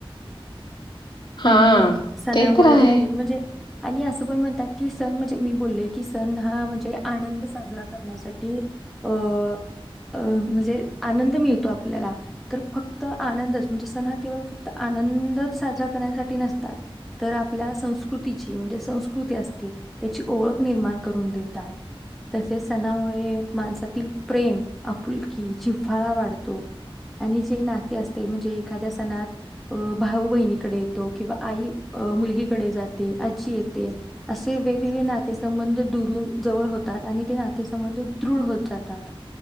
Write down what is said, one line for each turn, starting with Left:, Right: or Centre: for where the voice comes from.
Left: हा
Centre: आणि सणामुळे
Left: ते तर आहे
Centre: देखील म्हणजे- आणि असं पण म्हणतात की, सण म्हणजे मी बोलले, की सण हा म्हणजे आनंद साजरा करण्यासाठी, अ म्हणजे आनंद मिळतो आपल्याला, तर फक्त आनंदच म्हणजे सण हा- केवळ फक्त आनंदच साजरा करण्यासाठी नसतात, तर आपल्या संस्कृतीची म्हणजे संस्कृती असते त्याची ओळख निर्माण करून देतात. तसेच सणामुळे माणसातील प्रेम आपुल- कि जिव्हाळा वाढतो आणि जे नाते असते म्हणजे- ना भाऊ बहिणीकडे येतो, किंवा आई मुलगीकडे जाते, आजी येते, असे वेगवेगळे नातेसंबंध दुरून जवळ होतात आणि ते नातेसंबंध दृढ होत जातात